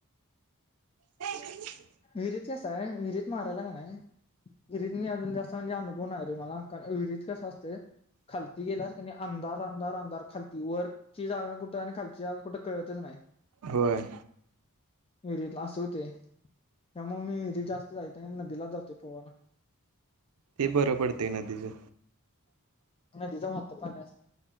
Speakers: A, on the right; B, on the left.
A: ते इकड कि --
B: विहीर अस- असाय विहिरीत मारायला काय नाय -- विरीत मी अजून जास्त म्हणजे अनुभव नाय रे मला. विरीत कस असतयं खालती गेलास कीनी अंधार- - अंधार अंधार खालती वर ची जागा कुठे आणि खालची जागा कुठं कळतच नाही.
A: होय.
B: विरीतल अस हुतय. त्यामुळे मी विरीत जास्त जाईत नाही. नदीला जातोय पोवाला.
A: ते बरं पडतंय नदीचं.
B: नदीच वाहत पाणी असत